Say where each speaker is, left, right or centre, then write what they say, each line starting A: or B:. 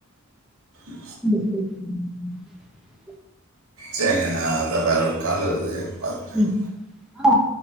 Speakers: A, on the right; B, in the centre.
A: <unintelligible>
B: <inaudible>
A: சரிங்கண்ணா அதா வேற ஒரு கால் வருது பார்த்துட்டேன்
B: ம் ஆஹ்